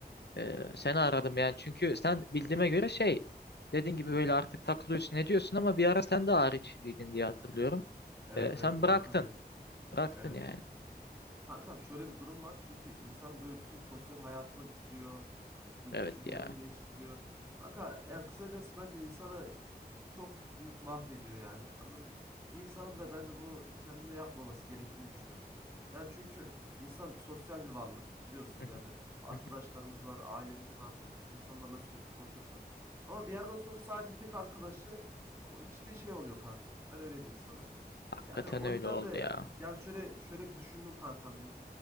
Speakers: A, on the left; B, on the right.
A: Ee, seni aradım yani. Çünkü sen bildiğime göre şey dediğin gibi böyle artık takılıyorsun ne diyorsun ama bir ara sen de ağrı içiciydin diye hatırlıyorum.
B: Evet
A: Ee,
B: evet
A: sen
B: kankam
A: bıraktın.
B: benim.
A: Bıraktın
B: Evet.
A: yani.
B: Kankam şöyle bir durum var. Çünkü insanın böyle bütün sosyal hayatını bitiriyor. Böyle
A: Evet
B: düşüncelerini
A: ya.
B: değiştiriyor. Kanka yani kısacası bence insana çok büyük mahvediyor yani. Anladın mı? Bir insanın da bence bunu kendine yapmaması gerektiğini düşünüyorum ben. Yani çünkü insan sosyal bir varlık biliyorsun
A: Hı
B: yani
A: hı,
B: arkadaşlarımız
A: hı hı.
B: var, ailemiz var, insanlarla sürekli konuşuyoruz. falan. Ama bir yerden sonra sadece tek arkadaşı o içtiği şey oluyor kanka. Ben öyle diyeyim sana.
A: Hakikaten
B: Yani o
A: öyle
B: yüzden
A: oldu
B: de
A: ya.
B: yani şöyle şöyle bir düşündüm kankam benim.